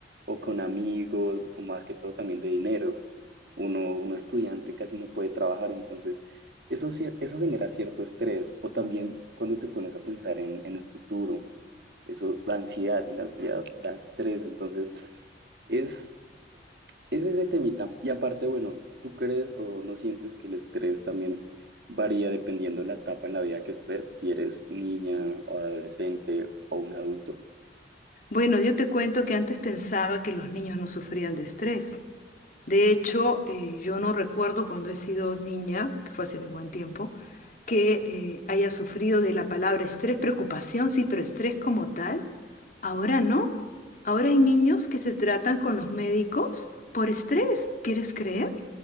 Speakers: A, on the right (about 65°); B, on the left (about 45°).
A: o con amigos, o más que todo también de dineros. Uno, uno estudiante casi no puede trabajar, entonces eso, cier- eso genera cierto estrés. O también cuando te pones a pensar en, en el futuro, eso da ansiedad y la ansiedad da estrés, entonces... Es, es ese temita. Y aparte, bueno, ¿tú crees o no sientes que el estrés también varía dependiendo de la etapa en la vida que estés? Si eres niña o adolescente o un adulto.
B: Bueno, yo te cuento que antes pensaba que los niños no sufrían de estrés. De hecho, eh, yo no recuerdo cuando he sido niña, que fue hace buen tiempo, que eh, haya sufrido de la palabra estrés, preocupación, sí, pero estrés como tal. Ahora no. Ahora hay niños que se tratan con los médicos por estrés. ¿Quieres creer?